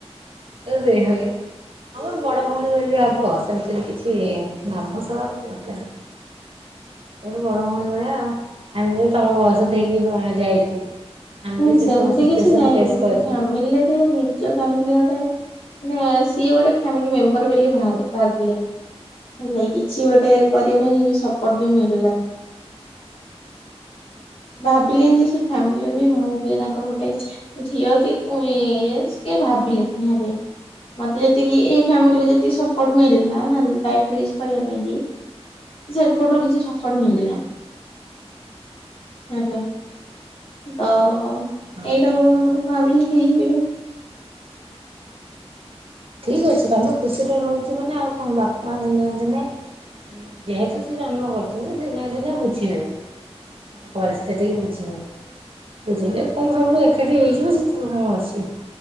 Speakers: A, on the right (about 55°); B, on the left (about 55°).
A: <unintelligible> ହଁ ବଡ ଭଉଣୀ ଭଳି ବି ହବ ସେମିତିରେ କିଛି ନର୍ଭସ୍ ହବା ଦରକାର ନାଇଁ। ଗୋଟେ ବଡ ଭଉଣୀ ଭଳିଆ ଆଉ ଆମେ ବି ତମ ବୟସ ଦେଇକି ଯାଇଛୁ। ଆମେ
B: ହୁଁ
A: ବି ସେ
B: ସେମିତି
A: ସବୁ ସିଚୁଏସନ
B: କିଛି ନହିଁ
A: ଫେସ୍
B: ଫ୍ୟାମିଲିରେ
A: କରିଛୁ।
B: ନିଜ ଫାମିଲି ଗୋଟେ ମାନେ ସିଏ ଗୋଟେ ଫ୍ୟାମିଲ ମେମ୍ବର ବୋଲି ଭାବେ ଭାବିଲେନି। ହେତିନାଗି କିଛି ଗୋଟେ କରିବା ପାଇଁ ସପୋର୍ଟ ବି ମିଳିଲାନି। ଭାବିଲେନି ଯେ ସେ ଫାମିଲି ମୁଁ ବି ତାଙ୍କର ଗୋଟେ ଝିଅ କି କି ଭାବିଲେ ନିହାତି। ମତେ ଯେତିକି ଏଇ ଫ୍ୟାମିଲି ଯେତିକି ସପୋର୍ଟ ମିଳିଲା ଲାଇରେ କିଛି କରିବା ପାଇଁ କି ଯେ ଏପଟରୁ କିଛି ସପଟ ମଳିଲାନ। ହେତିଲାଗି। ତ
A: ହଁ
B: ଏଇଟା ଭାବିଲି ଠିକ ବୋଲି।
A: ଠିକ ଅଛି ତମେ ଖୁସିରେ ରହୁଛ ମାନେ ଆଉ କଣ ବାପା ମା ଦିନେ ନା ଦିନେ ଯେହେତୁ ସେ ଜନ୍ମ କରୁଛନ୍ତି ଦିନେ ଦିନେ ବୁଝିବେ। ହଁ ପରିସ୍ଥିତି ବୁଝିବେ ବୁଝିଲେ ଫେଣି ସବୁୁ ଏକାଠି ହେଇଯିବୁ ସେଥିରୁ କଣ ଅଛି